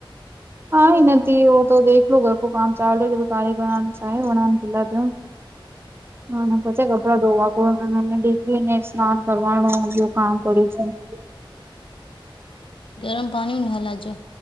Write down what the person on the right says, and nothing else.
હા નથી તો દેખલો લો ઘર કો કામ ચાલ કારીગરનું ચાને બલા દ. ના ના પછે કપડા ધોવા બોવા એને ડિગ્રી ને સ્નાન કરવાનું ને એવું કામ કર્યું છે